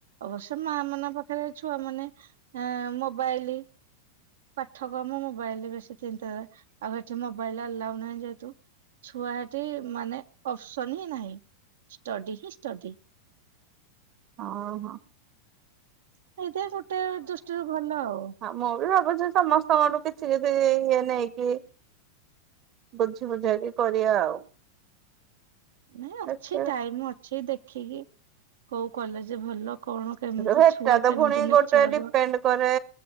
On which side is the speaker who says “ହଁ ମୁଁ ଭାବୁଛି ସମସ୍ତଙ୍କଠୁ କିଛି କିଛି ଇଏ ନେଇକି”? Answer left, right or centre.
Right